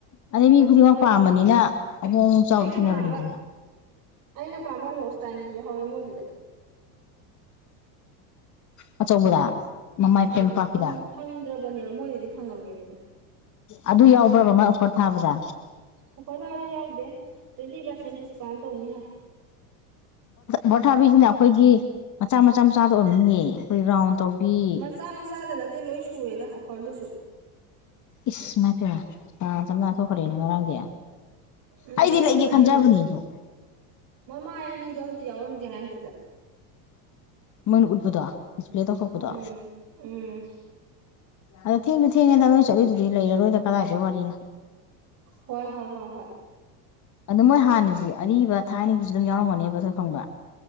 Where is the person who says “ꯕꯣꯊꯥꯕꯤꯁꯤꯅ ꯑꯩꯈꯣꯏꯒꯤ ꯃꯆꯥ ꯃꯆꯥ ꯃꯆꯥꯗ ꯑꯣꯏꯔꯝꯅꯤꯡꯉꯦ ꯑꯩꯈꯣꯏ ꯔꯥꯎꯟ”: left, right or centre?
Left